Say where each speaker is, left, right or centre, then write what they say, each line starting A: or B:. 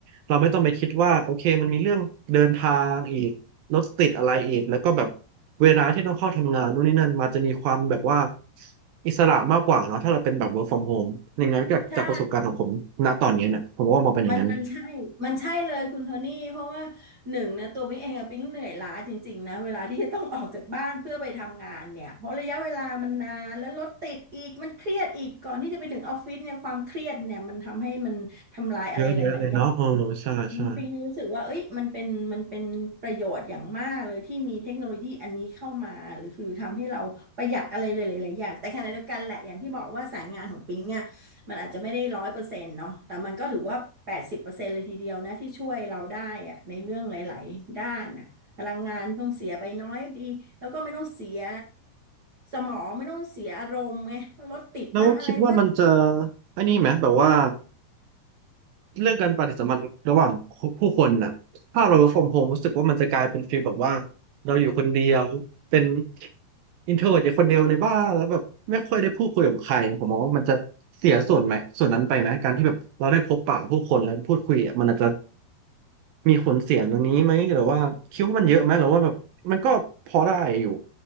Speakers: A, on the right; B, on the right.
A: เราไม่ต้องไปคิดว่าโอเคมันมีเรื่องเดินทางอีก รถติดอะไรอีกแล้วก็แบบเวลาที่ต้องเข้าทำงานนู่นนี่นั่นมาจะมีความแบบว่าอิสระมากกว่าเนาะถ้าเราเป็นแบบ work from home อย่างนั้นจากจากประสบการณ์ของผมณตอนนี้เนี่ยผมว่ามองเป็นอย่างนั้น
B: ใช่ มันมันใช่มันใช่เลยคุณโทนี่เพราะว่าหนึ่งนะตัวปิ๊งเองอะปิ๊งเหนื่อยล้าจริงๆนะเวลาที่จะต้องออกจากบ้านเพื่อไปทำงานเนี่ยเพราะระยะเวลามันนานแล้วรถติดอีกมันเครียดอีกก่อนที่จะไปถึงออฟฟิศเนี่ยความเครียดเนี่ยมันทำให้มันทำลายอะไรหลายๆอย่าง
A: เยอะแยะเลยเนาะเออใช่ใช่
B: จริงๆรู้สึกว่าเอ้ยมันเป็นมันเป็นประโยชน์อย่างมากเลยที่มีเทคโนโลยีอันนี้เข้ามาหรือคือทำให้เราประหยัดอะไรหลายๆอย่างแต่ขณะเดียวกันแหละอย่างที่บอกว่าสายงานของปิงเนี่ยมันอาจจะไม่ได้ร้อยเปอร์เซ็นต์เนาะแต่มันก็ถือว่าแปดสิบเปอร์เซ็นต์เลยทีเดียวนะที่ช่วยเราได้อะในเรื่องหลายๆด้านนะพลังงานต้องเสียไปน้อยดีแล้วก็ไม่ต้องเสียสมองไม่ต้องเสียอารมณ์ไงรถติดบ้างอะไรบ้าง
A: แล้วคิดว่ามันจะไอ้นี่ไหมแบบว่า เรื่องการปฏิสัมพันธ์ระหว่างผู้คนน่ะถ้าเรา work from home รู้สึกว่ามันจะกลายเป็นฟีลแบบว่าเราอยู่คนเดียวเป็น introvert อยู่คนเดียวในบ้านแล้วแบบไม่ค่อยได้พูดคุยกับใครผมมองว่ามันจะเสียส่วนไหมส่วนนั้นไปไหมการที่แบบเราได้พบปะผู้คนแล้วพูดคุยอ่ะมันอาจจะมีผลเสียตรงนี้ไหมหรือว่าคิดว่ามันเยอะไหมหรือว่าแบบมันก็พอได้อยู่